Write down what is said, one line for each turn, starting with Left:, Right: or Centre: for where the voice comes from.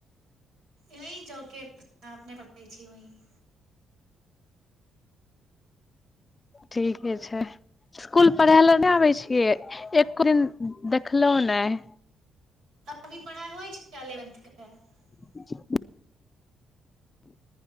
Right: ई चौके पर जहाँ अपने पढ़ै छी वहीं
Left: ठीके छै स्कूल पढ़ै लए नहि आबै छियै एको दिन देखलहुँ नहि।
Right: अभी पढ़ाइ होइ छै एलेवन्थ के त <unintelligible>
Left: ठ <unintelligible>